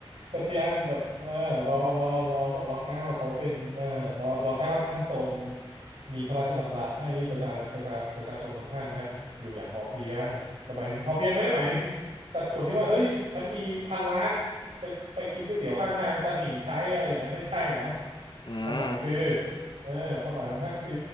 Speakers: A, on the right (about 85°); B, on the left (about 55°).
A: ปรัชญาแบบเออรอรอรอรอเก้าเขาเป็นเออรอรอเก้าท่านทรงมีพระราชดำรัสให้ประชาประชาประชาชนของท่านนะอยู่อย่างพอเพียงก็หมายถึงพอเพียงไม่ได้หมายถึงสัดส่วนที่ว่าเฮ้ยฉันมีพันล้านไปไปกินก๋วยเตี๋ยวข้างทางตะหนี่ใช้อะไรอย่างนั้นไม่ใช่นะ
B: อืม
A: ความหมายคือเออความหมายของท่านคือ